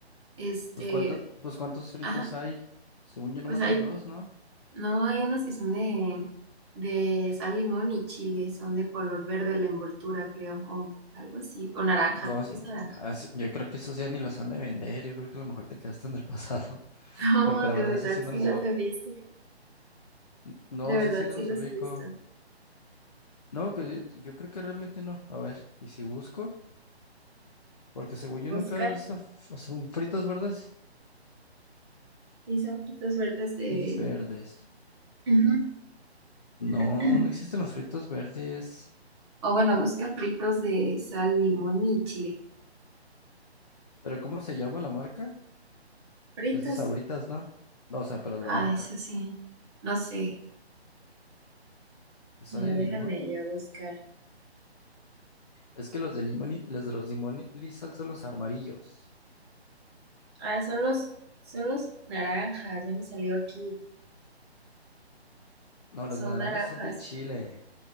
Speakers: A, on the right; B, on the left.
A: Este,
B: Pues cuántos, pues cuántos fritos
A: ajá,
B: hay, según yo nomás
A: pues hay,
B: hay dos, ¿no?
A: no hay unos que son de, de sal, limón y chile, son de color verde la envoltura, creo, o algo así, o naranja,
B: Dos,
A: creo que es naranja.
B: ah, s- yo creo que esos ya ni los han de vender, yo creo que a lo mejor te quedaste en el <laughs> pasado.
A: <laughs> No,
B: Porque
A: de
B: la verdad,
A: verdad
B: esa sí
A: sí
B: no los
A: los
B: ubico.
A: he visto,
B: N- No,
A: de verdad
B: esa sí no
A: sí
B: los
A: los
B: ubico.
A: he visto.
B: No, que di- yo creo que realmente no. A ver, ¿y si busco? Porque según
A: Busca,
B: yo nunca he visto, f- o sea, fritos verdes.
A: y son fritos verdes de...
B: Dijiste verdes.
A: Ujú.
B: No,
A: <clears throat>
B: no existen los fritos verdes.
A: O bueno, busca fritos de sal, limón y chile.
B: ¿Pero cómo se llama la marca?
A: Fritos.
B: Es de Sabritas, ¿no? No, o sea, pero la
A: Ah,
B: marca.
A: eso sí, no sé.
B: ¿Le ¿Sale
A: Mira,
B: limón?
A: déjame yo buscar.
B: Es que los de limón y los de los limón y sal son los amarillos.
A: Ah, son los, son los naranjas, ya me salió aquí.
B: No,
A: Son
B: los naranjas
A: naranjas.
B: son de Chile.